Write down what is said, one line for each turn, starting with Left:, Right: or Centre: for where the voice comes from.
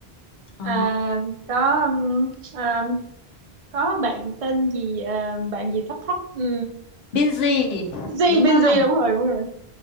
Left: Ờ.
Right: à, có um, um, có bạn tên gì ờ, bạn gì thấp thấp um,
Left: Binz
Right: Benji
Left: đúng
Right: Benji
Left: không?
Right: đúng rồi đúng rồi